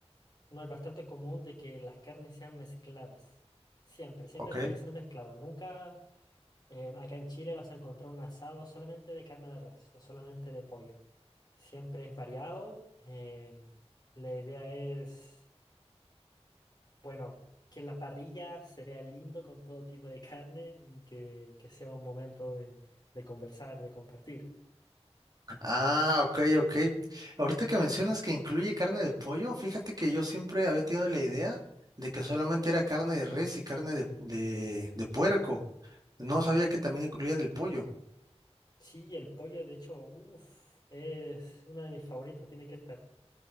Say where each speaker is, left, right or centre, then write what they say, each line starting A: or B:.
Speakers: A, on the left (about 40°); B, on the right (about 35°).
A: No, es bastante común de que las carnes sean mezcladas. Siempre, siempre
B: ¿Ok?
A: tiene que ser mezclado. Nunca eh, acá en Chile vas a encontrar un asado solamente de carne de res o solamente de pollo. Siempre es variado. em, la idea es, bueno, que la parrilla se vea lindo con todo tipo de carne y que, que sea un momento de, de conversar, de compartir.
B: Ah, ok, ok. Ahorita que mencionas que incluye carne de pollo, fíjate que yo siempre había tenido la idea de que solamente era carne de res y carne de, de, de puerco. No sabía que también incluían el pollo.
A: Sí, el pollo, de hecho, uff, es uno de mis favoritos, tiene que estar.